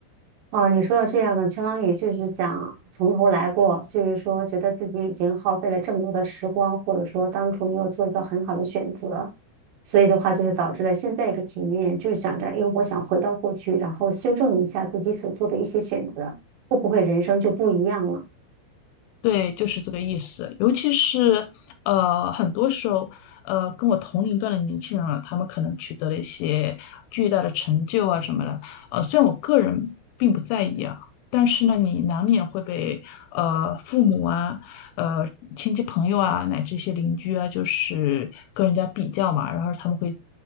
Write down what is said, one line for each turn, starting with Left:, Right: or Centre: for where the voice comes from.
Right: 哦，你说的这样的，相当于就是想从头来过，就是说觉得自己已经耗费了这么多的时光，或者说当初没有做一个很好的选择，所以的话就是导致了现在一个局面，就是想着，哎，我想回到过去，然后修正一下自己所做的一些选择，会不会人生就不一样了？
Left: 对，就是这个意思。尤其是呃，很多时候，呃，跟我同龄段的年轻人啊，他们可能取得了一些巨大的成就啊什么的。呃，虽然我个人并不在意啊，但是呢，你难免会被呃父母啊、呃亲戚朋友啊，乃至一些邻居啊，就是跟人家比较嘛，然后他们会